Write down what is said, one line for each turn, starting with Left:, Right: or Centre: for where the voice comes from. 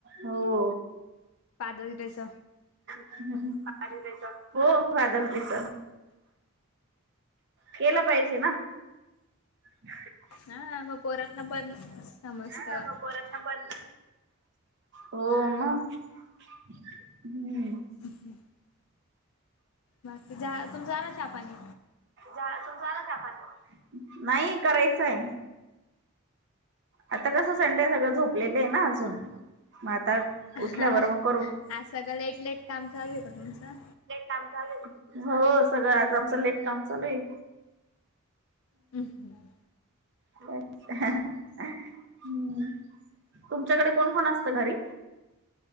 Right: हो
Left: दरचा
Right: ह्च हो फादर दिस केलं पाहिजे ना <unintelligible>
Left: हा मग पोरटन पण समजत
Right: हा मग पोरांना पण हो आमा हम्
Left: ह् बाकी जा तुमच ना पाणी
Right: तू झाला का नाही करायचंय आता कसं संडे सगळं झोपलेलं आहे ना अजून मग आता उठल्यावर
Left: हा
Right: मग करू सट
Left: आज सगळं लेट लेट काम चालू आहे का तुमचं
Right: काम चा हो सगळं आज आमचं लेट काम चालू आहे
Left: हम्म हम्म
Right: हम्म तुमच्याकडे कोण कोण असत घरी